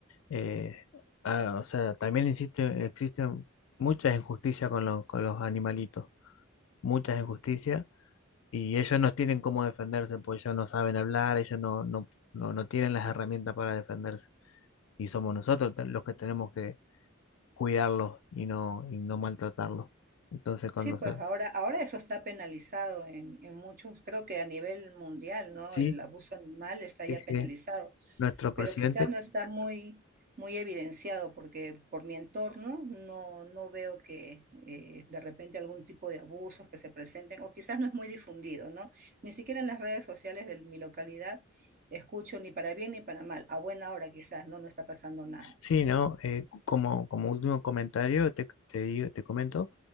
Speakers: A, on the left; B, on the right.
A: eh, ah, o sea, también insisto, existen muchas injusticias con los, con los animalitos, muchas injusticias, y ellos no tienen cómo defenderse, porque ellos no saben hablar, ellos no, no, no, no tienen las herramientas para defenderse. Y somos nosotros los que tenemos que, cuidarlos y no, y no maltratarlos. Entonces, cuando
B: Sí, pues
A: se...
B: ahora, ahora eso está penalizado en, en muchos, creo que a nivel mundial, ¿no?
A: Sí,
B: El abuso animal está
A: sí,
B: ya
A: sí.
B: penalizado,
A: Nuestro presidente.
B: pero quizás no está muy, muy evidenciado porque por mi entorno no, no veo que eh, de repente algún tipo de abusos que se presenten o quizás no es muy difundido, ¿no? Ni siquiera en las redes sociales de mi localidad escucho ni para bien ni para mal. A buena hora quizás, ¿no? No está pasando nada.
A: Sí, ¿no? Eh, como, como último comentario, te, te digo, te comento